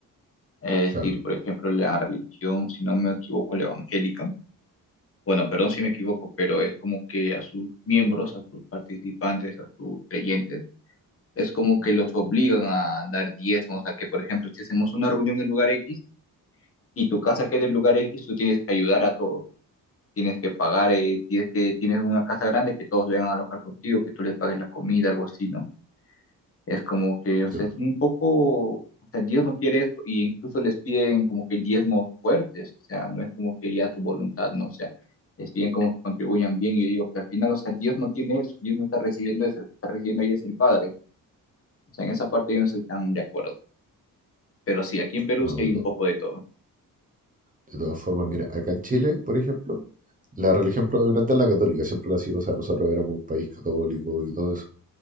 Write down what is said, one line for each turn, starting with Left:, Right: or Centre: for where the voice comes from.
Left: Es
Right: Claro,
Left: decir, por ejemplo, la religión, si no me equivoco, la evangélica, bueno, perdón si me equivoco, pero es como que a sus miembros, a sus participantes, a sus creyentes, es como que los obligan a dar diezmos, a que, por ejemplo, si hacemos una reunión en lugar X y tu casa queda en lugar X, tú tienes que ayudar a todos. Tienes que pagar, eh, si es que tienes una casa grande, que todos vengan a alojar contigo, que tú les pagues la comida, algo así, ¿no? Es como que,
Right: entiendo.
Left: o sea, es un poco, o sea, Dios no quiere esto, y incluso les piden como que diezmos fuertes, o sea, no es como que ya tu voluntad, no, o sea, les piden como que contribuyan bien, y yo digo, pero al final, o sea, Dios no tiene eso, Dios no está recibiendo eso, el que está recibiendo ahí es el Padre, o sea, en esa parte yo no estoy tan de acuerdo, pero sí, aquí en Perú
Right: No,
Left: sí hay
Right: de
Left: un
Right: to-
Left: poco de todo.
Right: de todas formas, mira, acá en Chile, por ejemplo, la religión predominante es la católica, siempre lo ha sido. O sea, nosotros éramos un país católico y todo eso.